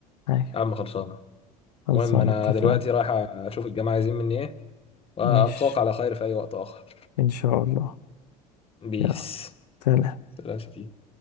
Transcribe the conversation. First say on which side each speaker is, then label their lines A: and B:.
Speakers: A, on the left (about 80°); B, on the left (about 30°).
A: ايوه
B: يا عم خلصانه
A: خلصانة
B: المهم انا
A: اتفقنا
B: دلوقتي رايح اشوف الجماعه عايزين مني ايه والقاك
A: مش
B: على خير في اي وقت اخر
A: ان شاء الله
B: بيس
A: يلا سلام
B: سلام يا شفيق.